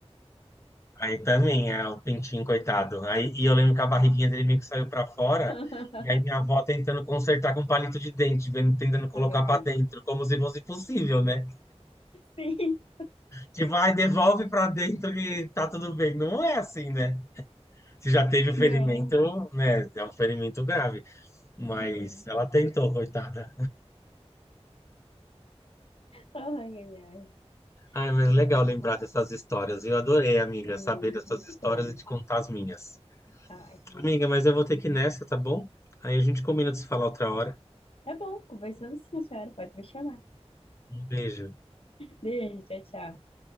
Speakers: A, on the left; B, on the left.
A: Aí também, é o pintinho, coitado. Aí, e eu lembro que a barriguinha dele meio que saiu pra fora,
B: <laughs>
A: e aí minha avó tentando consertar com palito de dente, vendo- tentando colocar
B: Ai, meu Deus.
A: pra dentro, como se fosse possível, né?
B: Sim.
A: Tipo, vai, devolve pra dentro que tá tudo bem. Não é assim, né? Se já teve o ferimento,
B: Não.
A: né? É um ferimento grave. Mas
B: Sim.
A: ela tentou, coitada.
B: Ai, ai, ai.
A: Ai, mas
B: A sua-
A: legal
B: ah,
A: lembrar dessas histórias. Eu adorei, amiga,
B: Sim,
A: saber dessas
B: muito
A: histórias
B: bom.
A: e te contar as minhas.
B: Ai, que
A: Amiga,
B: delícia.
A: mas eu vou ter que ir nessa, tá bom? Aí a gente combina de se falar outra hora.
B: Tá bom, conversamos sim, a senhora. Pode me chamar.
A: Um beijo.
B: Beijo, tchau, tchau.